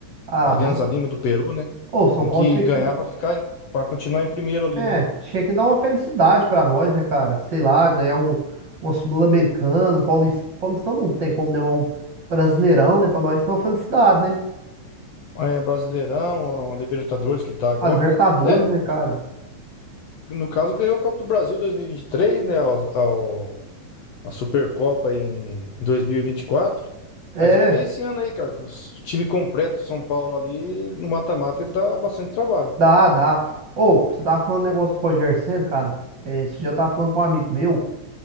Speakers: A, on the right; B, on the left.
A: Ah,
B: Alianza
A: vamos.
B: Lima do Peru, né?
A: Ô, São
B: Tem
A: Paulo
B: que
A: tinha
B: ganhar
A: que.
B: pra ficar, em- pra continuar em primeiro ali,
A: É,
B: né?
A: tinha que dar uma felicidade pra nós, né, cara? Sei lá, ganhar um, um Sul-Americano, um Paulist... Paulistão não tem como, né? mas Um Brasileirão, né? Pra nós ter uma felicidade, né?
B: É, Brasileirão, ó, Libertadores que tá agora,
A: A Libertadores,
B: né? É.
A: né, cara?
B: No caso, ganhou o Copa do Brasil 2023, né? Ao, ao- a Supercopa em 2024.
A: É.
B: Mas vamos ver esse ano aí, cara. que O s- time completo do São Paulo ali no mata-mata ele dá bastante trabalho.
A: Dá, dá. Ou, você tava falando do negócio do Roger Senna, cara. É, esse dia eu tava falando com um amigo meu.